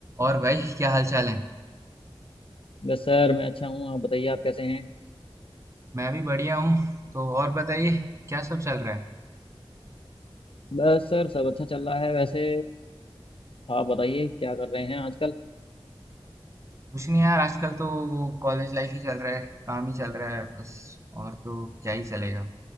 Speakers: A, on the right (about 30°); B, on the left (about 65°).
A: और भाई क्या हाल चाल है
B: बस सर मैं अच्छा हूँ आप बताइए आप कैसे हैं
A: मैं भी बढ़िया हूँ तो और बताइए क्या सब चल रहा है
B: बस सर सब अच्छा चल रहा है वैसे आप बताइए क्या कर रहे हैं आजकल
A: कुछ नहीं यार आजकल तो वो कॉलेज लाइफ ही चल रहा है काम ही चल रहा है बस और तो क्या ही चलेगा